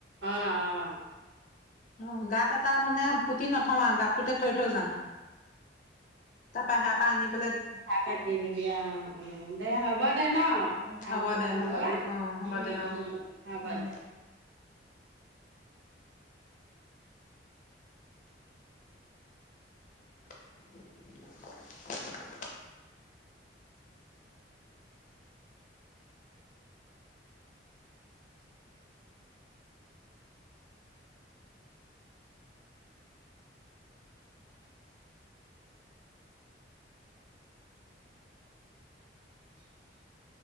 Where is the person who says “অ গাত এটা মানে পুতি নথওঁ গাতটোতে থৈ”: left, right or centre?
Left